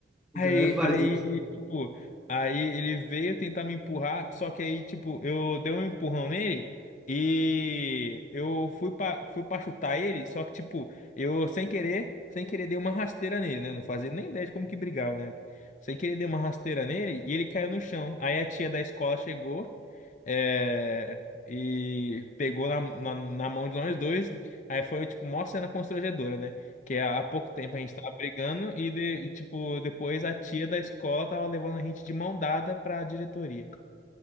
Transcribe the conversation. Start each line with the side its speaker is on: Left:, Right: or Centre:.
Centre: A
Left: Aí,
Centre: galera faz
Left: aí,
Centre: isso.
Left: tipo, aí ele veio tentar me empurrar, só que aí, tipo, eu dei um empurrão nele e eu fui pra, fui pra chutar ele, só que, tipo, eu sem querer, sem querer dei uma rasteira nele, né? Não fazia nem ideia de como que brigava na época. Sem querer dei uma rasteira nele e ele caiu no chão. Aí a tia da escola chegou, é, e pegou na, na, na mão de nós dois. Aí foi, tipo, mó cena constrangedora, né? Que há pouco tempo a gente tava brigando e, de- e, tipo, depois a tia da escola tava levando a gente de mão dada pra diretoria.